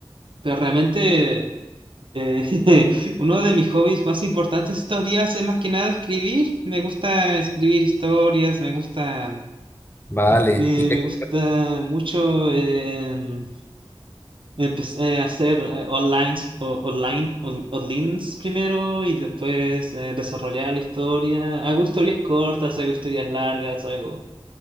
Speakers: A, on the right; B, on the left.
A: Pero realmente eh, <laughs> uno de mis hobbies más importantes estos días es más que nada escribir. Me gusta escribir historias, me gusta,
B: Vale,
A: eh,
B: ¿y qué,
A: me gusta mucho eh, empe- eh, hacer eh, online, o- online, on- onlines primero y después eh, desarrollar la historia. Hago historias cortas, hago historias largas, hago...